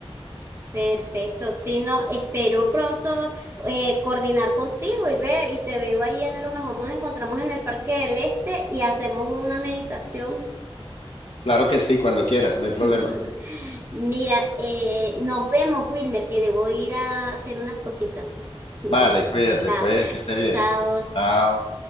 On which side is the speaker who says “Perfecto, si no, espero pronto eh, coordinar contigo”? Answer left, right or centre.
Right